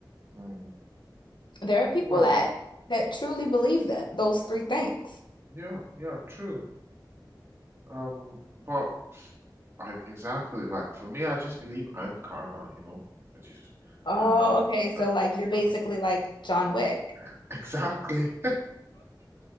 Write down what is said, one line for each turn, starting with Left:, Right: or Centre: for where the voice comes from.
Right: Mm.
Left: There are people
Right: Well,
Left: that that truly believe that those three things.
Right: yeah, yeah, true. Um, but I exactly like for me, I just believe I'm karma, you know. I just
Left: Oh,
Right: I'm the
Left: okay. So like you're basically
Right: uh,
Left: like John Wick.
Right: <laughs> exactly.